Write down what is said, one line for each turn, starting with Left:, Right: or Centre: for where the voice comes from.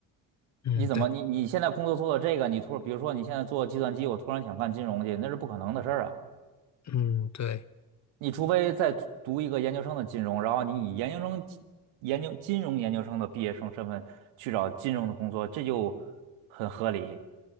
Left: 嗯，
Right: 你怎么你你现在工作做到这个，
Left: 对，
Right: 你突比如说你现在做计算机，我突然想干金融去，那是不可能的事儿啊。
Left: 嗯，对，
Right: 你除非再读一个研究生的金融，然后你以研究生、研究金融研究生的毕业生身份去找金融的工作，这就很合理，